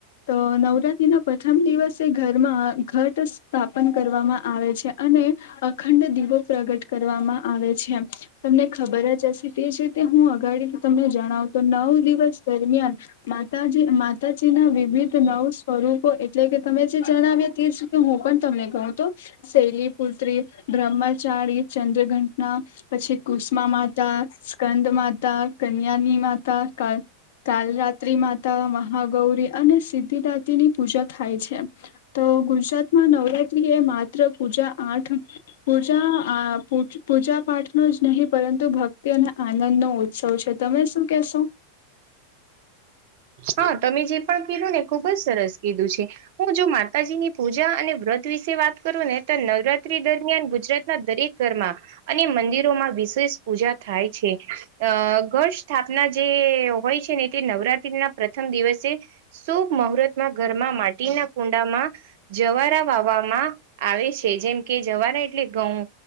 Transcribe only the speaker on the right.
હા તમે જે પણ કીધું ને ખુબ જ સરસ કીધું છે હું જો માતાજીની પૂજા અને વ્રત વિશે વાત કરું ને નવરાત્રી દરમિયાન ગુજરાતના દરેક ઘરમાં અને મંદિરો માં વિશેષ પૂજા થાય છે અ ગઢ સ્થાપના જે હોય છે ને તે નવરાત્રી ના પ્રથમ દિવસે શુભ મુહૂર્તમાં ઘરમાં માટીના કુંડામાં જવારા વાવામાં આવે છે જેમ કે જવારા એટલે ઘઉં